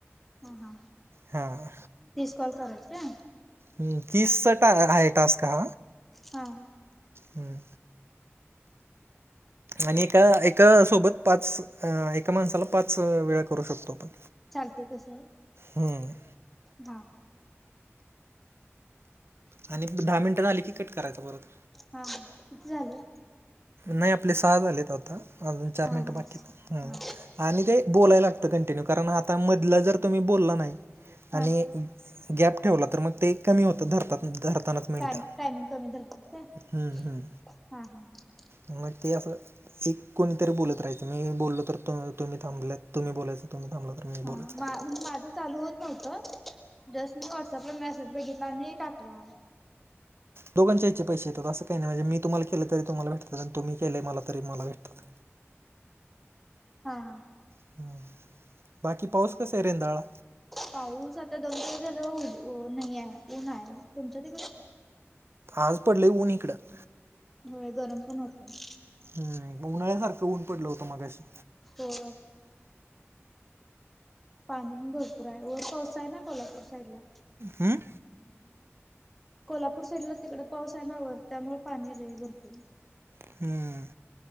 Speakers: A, in the centre; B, on the right (about 55°).
A: ह हा
B: हां
A: तीस कॉल करायचे
B: ह किस ट आहे टस् का.
A: हा.
B: हम्म. आणि एका एका सोबत पाच एका माणसाला पाच वेळा करू शकतो आपण
A: चालते तस
B: हम्म
A: हा
B: आणि दहा मिनटं झाली की कट करायचा परत
A: हा किती झालं
B: नाही आपले सहाज आलेत आता अजून चार
A: हा
B: मिनटं
A: हा
B: बाकीत
A: हा
B: आणि ते बोलायला लागतं कंटिन्यू कारण आता मधलं जर तुम्ही बोलला नाही आणि
A: हा
B: गॅप ठेवला तर मग ते कमी होतं धरतात धरतानाच मिनटं
A: टाम टायमिंग कमी रतो हा
B: हं हं
A: ह ह
B: मग ते असं एक कोणीतरी बोलत राहायचं मी बोललो तर तुम्ही थांबल्यात तुम्ही बोलायचं तुम्ही थांबला तर मी बोलायचं
A: हा म्हणजे माझं चालू होत नव्हत जस्ट मी व्हॉटसअपला मेसेज बघितला आणि टाकला
B: दोघांच्या इचे पैसे येतात असं काही नाही म्हणज मी तु्हाला केलं तरी तुमलाेटतात आणि तुम्ही केले मला त मला भेतात
A: हा हा
B: हम् बाकी पाऊस कसा आहे रेंदाळा
A: पाऊस आता दनश झाला नाही आहे ऊन आहे तुमच्या तडे
B: आज पडले ऊन इकडं
A: होय गरम पण होतय
B: हम् उन्हाळ्यासारखं ऊन पडलं होतं मगाशी
A: हो पाणी पण भरपूर आहे वर पावसा आहे ना कोल्हापूर साईड ला
B: हम्म
A: कोल्हापूर साईडला तिकडडे पाऊस आहे नावर त्यामुळे पाणी आले भरपूर
B: हम्म